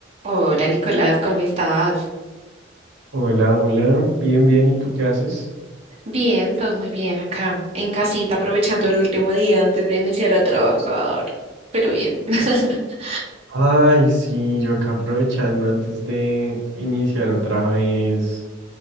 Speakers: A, on the right (about 30°); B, on the right (about 75°).
A: Hola Nicolás, ¿cómo estás?
B: Hola, hola. Bien, bien. ¿Y tú qué haces?
A: Bien, todo muy bien acá, en casita, aprovechando el último día antes de iniciar a trabajar, pero bien. <laughs>
B: Ay, sí, yo acá aprovechando antes de iniciar otra vez,